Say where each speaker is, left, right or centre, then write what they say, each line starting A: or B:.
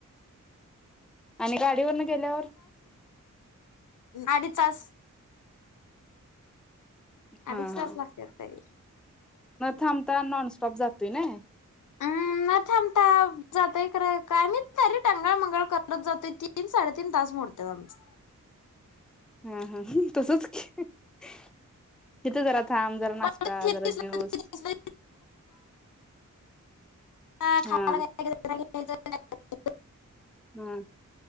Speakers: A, in the centre; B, on the left.
A: आणि गाडीवर न गेल्यावर
B: अडीचास
A: हा
B: अडीच
A: हा
B: तास लागतेात तरी
A: थांबता नॉनस्टॉप जातोय ना.
B: हम् नाही थांबता जातय काय मी ायरेक्ट. टांंगाळ मंगाळ करत जातोय तीन साडेतीीन तास मोडत आमच
A: हा हा तसच. तिथे जरा थांब जरा नाश्ता
B: परत हे
A: जरा
B: दिसलं
A: ज्यूस
B: ते दिसलं ह
A: हा
B: खा. <inaudible>
A: हम्म.